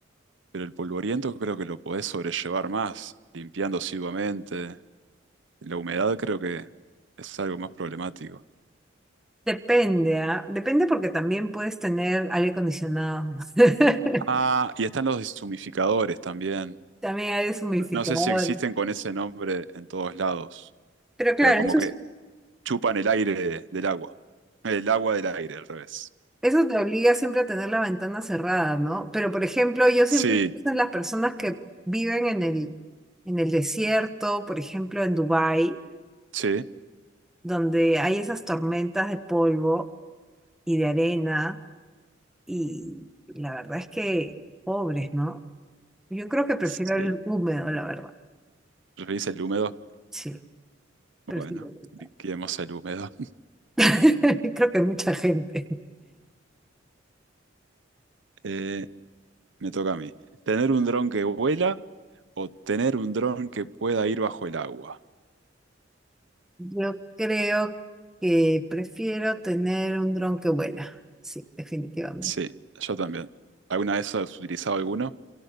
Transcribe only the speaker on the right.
pero el polvoriento creo que lo podés sobrellevar más, limpiando asiduamente. La humedad creo que es algo más problemático.
Ah, y están los deshumificadores también.
No, no sé si existen con ese nombre en todos lados,
pero como
que
chupan el aire del agua. El agua del aire, al revés.
Sí,
sí,
sí.
¿Referís el húmedo?
Bueno,
liquidemos el húmedo.
Eh, me toca a mí. ¿Tener un dron que vuela o tener un dron que pueda ir bajo el agua?
Sí, yo también. ¿Alguna vez has utilizado alguno?